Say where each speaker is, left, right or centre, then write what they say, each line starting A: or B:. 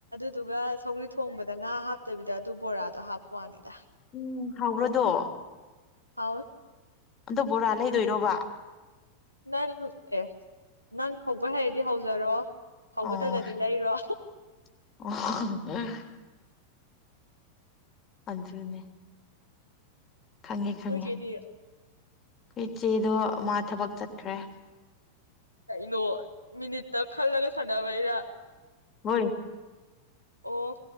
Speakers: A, on the left; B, on the left.
A: ꯑꯗꯨꯒ ꯁꯧꯒ꯭ꯔꯤ ꯊꯣꯡꯕꯗ ꯉꯥ ꯍꯥꯞꯇꯕꯤꯗ ꯑꯗꯨ ꯕꯣꯔꯥꯗꯣ ꯍꯥꯞꯄ ꯋꯥꯅꯤꯗ
B: ꯎꯝ ꯍꯥꯎꯕꯔꯣ ꯗꯣ
A: ꯍꯥꯎꯏ
B: ꯑꯗꯨ ꯕꯣꯔꯥ ꯂꯩꯗꯣꯏꯔꯣꯕ
A: ꯅꯪ ꯑꯦ ꯅꯪ ꯍꯧꯕ ꯍꯩꯔꯗꯤ ꯍꯧꯖꯔꯣ ꯍꯧꯕ
B: ꯑꯣ
A: ꯇꯟꯂꯗꯤ ꯂꯩꯔꯣ
B: ꯑꯣ ꯑꯗꯨꯅꯦ ꯈꯪꯉꯦ ꯈꯪꯉꯦ
A: ꯅꯣꯏꯒꯤꯗꯤ
B: ꯏꯆꯦꯗꯣ ꯃꯥ ꯊꯕꯛ ꯆꯠꯈ꯭ꯔꯦ
A: ꯀꯩꯅꯣ ꯃꯤꯅꯤꯠꯇ ꯈꯜꯂꯒ ꯁꯥꯟꯅꯕꯩꯔ
B: ꯍꯣꯏ
A: ꯑꯣ